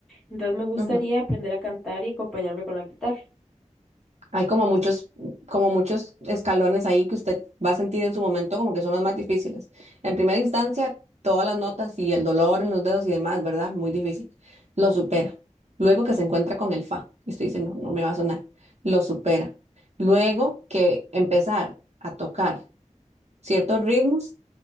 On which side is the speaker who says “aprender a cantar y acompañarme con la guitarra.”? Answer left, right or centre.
Centre